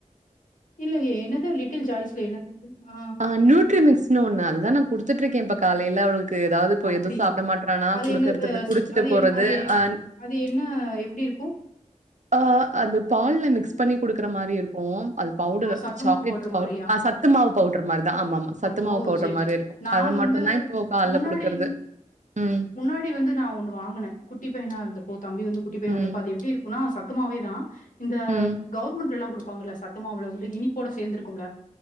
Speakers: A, on the left (about 90°); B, on the right (about 65°).
A: இல்லயே என்னது லிட்டில் ஜாய்ஸ்ல என்னதது ஆ
B: அ நியூட்ரிமிக்ஸ்னு ஒண்ணு அதுதா நா குடுத்துட்ருக்கே இப்ப காலையில அவளுக் கு எதாவ்து இப்ப
A: அப்டிங்க
B: எது சாப்பிட மாட்றானா
A: அது
B: குடுக்கறதுக்கு
A: என்ன
B: குடிச்சுட்டு
A: அது
B: போறது
A: என் அது எ
B: அ
A: அது என்ன எப்டி இருக்கு
B: ஆ அது பால்ல மிக்ஸ் பண்ணி குடுக்குற மாரி இருக்கு அது பவுடரு
A: ஓ சத்தமாவு
B: சாக்லேட்
A: போடுற
B: பவ்
A: மாரியா
B: அ சத் துமாவு பவுட்ரு மாரிதா ஆமாமா சத்து
A: ஓ
B: மாவு பவுடன்
A: சேரி
B: மாரி
A: சேரி
B: இருக்கு
A: நா
B: அத
A: வந்து
B: மட்டுந்தா இப்போ கால்ல
A: முன்னாடி
B: குடுக்கறது ம்
A: முன்னாடி வந்து நா ஒன்னு வாங்குன குட்டி பையனா இருந்தப்போ தம்பி வந்து குட்டி பையனா
B: ம்
A: இருந்தபோ அது எப்டி இருக்குனா சத் துமாவேதானன இந்த
B: ம்
A: கவுர்மெண்ட்லெல்லா குடுப்பாங்கல்ல சத்தமாவுல வந்து இனிப்போட சேந்திருக்குமுல